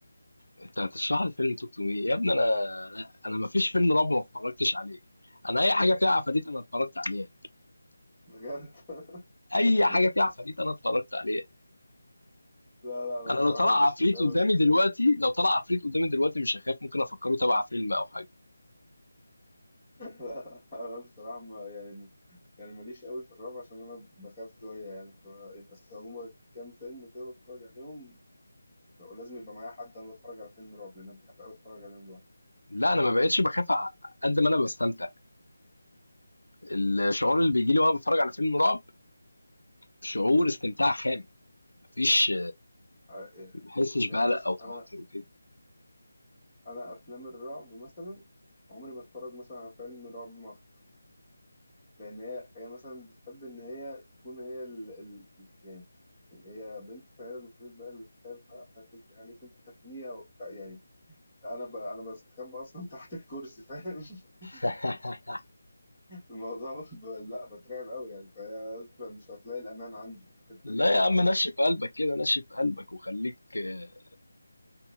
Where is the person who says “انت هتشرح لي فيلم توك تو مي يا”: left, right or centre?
Left